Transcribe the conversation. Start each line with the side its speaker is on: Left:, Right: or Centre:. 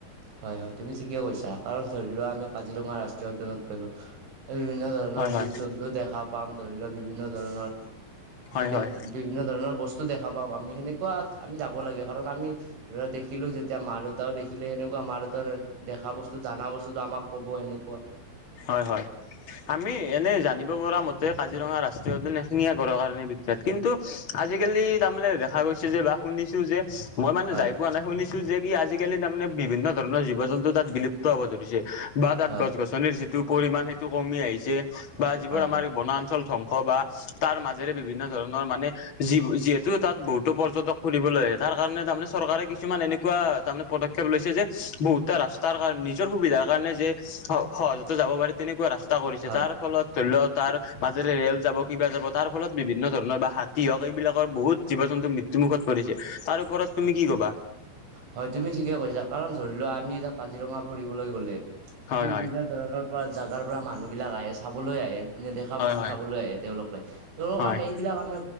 Right: হয় হয় তুমি ঠিকে কৈছা কাৰণ ধৰি লোৱা আমি কাজিৰঙা ৰাষ্ট্ৰীয় উদ্যানত গলো এ বিভিন্ন ধৰণৰ
Left: হয়
Right: জীৱ
Left: হয়
Right: - জন্তু দেখা পাম ধৰি লোৱা বিভিন্ন ধৰণৰ সেই
Left: হয়
Right: ডে
Left: হয়
Right: বিভিন্ন ধৰণৰ বস্তু দেখা পাম আমি সেনেকুৱা আমি যাব লাগে কাৰণ আমি ধৰা দেখিলো যেতিয়া মা - দেউতাও দেখিলে এনেকুৱা মাৰ এটাৰ দেখা বস্তু জানা বস্তুটো আমাক ক'ব সেনেকুৱা
Left: হয় হয়। আমি এনে জানিব পৰা মতে কাজিৰঙা ৰাষ্ট্ৰীয় উদ্যান এশিঙীয়া গড়ৰ কাৰণে বিখ্যাত কিন্তু আজিকালি তাৰমানে দেখা গৈছে যে বা শুনিছো যে মই মানে
Right: হয়
Left: যাই পোৱা নাই শুনিছো যে কি আজিকালি তাৰ মানে বিভিন্ন ধৰণৰ জীৱ জন্তু তাত বিলুপ্ত হ'ব ধৰিছে। বা তাত
Right: হয়
Left: গছ - গছনিৰ যিটো পৰিমাণ সেইটো কমি আহিছে বা যিবোৰ
Right: হয়
Left: আমাৰ
Right: হয়
Left: বনাঞ্চল ধ্বংস বা তাৰ মাজেৰে বিভিন্ন ধৰণৰ মানে যি যিহেতু তাত বহুতো পৰ্যটক ফুৰিবলৈ আহে তাৰ কাৰণে তাৰমানে চৰকাৰে কিছুমান এনেকুৱা তাৰমানে পদ ক্ষেপ লৈছে যে বহুতে ৰাস্তাৰ কাৰ নিজৰ সুবিধাৰ কাৰণে যে স সহজত তে যাব পাৰে তেনেকুৱা ৰাস্তা কৰিছে।
Right: হয়
Left: তাৰ ফলত ধৰি ল তাৰ মাজেৰে ৰেল যাব কিবা যাবতাৰ ফলত বিভিন্ন ধৰণৰ বা হাত তিহক এইবিলাকৰ বহুত জীৱ - জন্তু মৃত্যুমুখত পৰিছে। তাৰ ওপৰত তুমি কি ক'বা?
Right: হয় তুমি ঠিকে কৈছা কাৰণ ধৰি লোৱা আমি এতিয়া কাজিৰঙা ফুৰিবলৈ গলে
Left: হয়
Right: আমি
Left: হয়
Right: বিভিন্ন ধৰণৰ পৰা জাগাৰ পৰা মানুহবিলাক আহে চাবলৈ আহে নেদেখা
Left: হয়
Right: বস্তু
Left: হয়
Right: চাবলৈ আহে তেওঁলোকে। তেওঁলোকৰ
Left: হয়
Right: কাৰণে এই এইবিলাক আমি